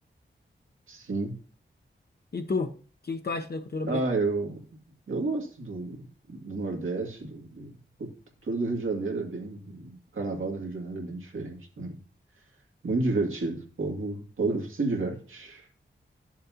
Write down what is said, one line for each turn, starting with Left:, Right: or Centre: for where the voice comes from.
Right: sim.
Left: E tu? O que, que tu acha da cultura brasileira?
Right: Ah, eu, eu gosto do, do Nordeste, do, do, a cultura do Rio de Janeiro é bem, o Carnaval do Rio de Janeiro é bem diferente também. Muito divertido, o povo, o povo se diverte.